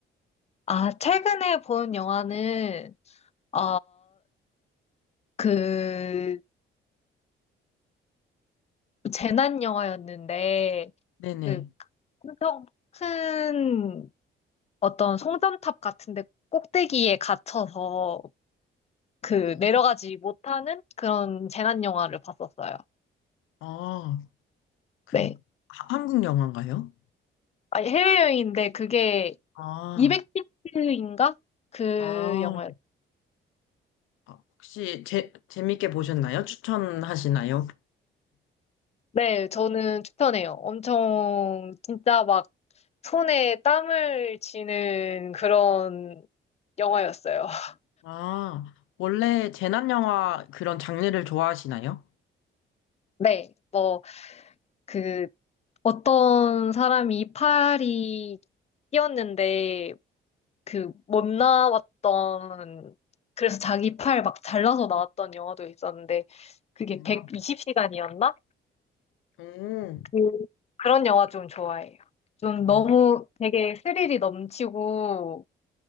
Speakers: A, on the left (about 35°); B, on the left (about 85°).
A: 아, 최근에 본 영화는, 어, 그, 재난 영화였는데,
B: 네네.
A: 그, 엄청 큰 어떤 송전탑 같은데 꼭대기에 갇혀서 그
B: 음.
A: 내려가지 못하는 그런 재난 영화를 봤었어요.
B: 아, 그,
A: 네.
B: 하- 한국 영화인가요?
A: 아, 해외여행인데 그게
B: 아,
A: 2 0 0인가 그
B: 아,
A: 영화였죠?
B: 아, 혹시 재, 재밌게 보셨나요? 추천하시나요?
A: 네, 저는 추천해요. 엄청 진짜 막 손에 땀을 쥐는 그런 영화였어요. <laughs>
B: 아, 원래 재난 영화 그런 장르를 좋아하시나요?
A: 네, 뭐 그 어떤 사람이 이파리 끼었는데 그 못 나왔던 그래서 자기 팔 막 잘라서 나왔던 영화도 있었는데 그게
B: 아,
A: 120시간이었나?
B: 오,
A: 그 그런 영화 좀 좋아해요. 좀
B: 아,
A: 너무 되게 스릴이 넘치고